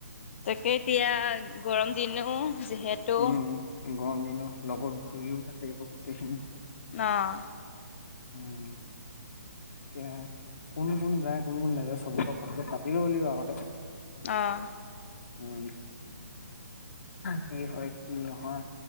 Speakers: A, on the left (about 45°); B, on the left (about 65°).
A: তাকে এতিয়া, গৰম দিনো। যিহেতু
B: উম গৰম দিন লগত ঘূৰিও থাকিব তেখ
A: অহ
B: উম এয়া কোন কোন যায় কোন কোন নাযায় চবৰ লগতে কথাতে পাতিব লাগিব আগতে
A: অহ
B: উম কি হয় কি নহয়